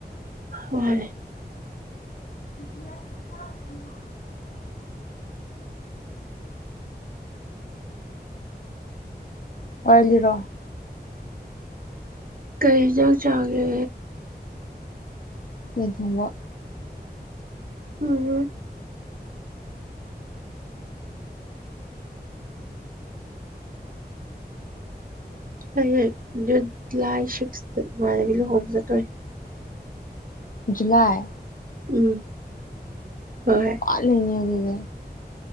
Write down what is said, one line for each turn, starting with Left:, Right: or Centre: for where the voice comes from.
Right: ꯃꯥꯅ‌ꯦ
Left: <unintelligible> ꯋꯥꯔꯤ ꯂꯤꯔꯣ
Right: ꯀꯩ ꯏꯟꯖꯥꯡ ꯆꯥꯒꯦ
Left: ꯌꯦꯟ ꯊ‌ꯣꯡꯕ
Right: <unintelligible> ꯑꯩꯁ‌ꯦ ꯖꯨꯟ ꯖꯨꯂꯥꯏ ꯁꯤꯛꯁꯇ ꯏꯃꯥꯟꯅꯕꯤ ꯂꯨꯍ‌ꯣꯡꯕ ꯆꯠꯇꯨꯔꯤ
Left: ꯖꯨꯂꯥꯏ
Right: ꯎꯝ ꯍꯣꯏ
Left: ꯋꯥꯠꯂꯤꯅꯤ ꯑꯗꯨꯗꯤ <unintelligible>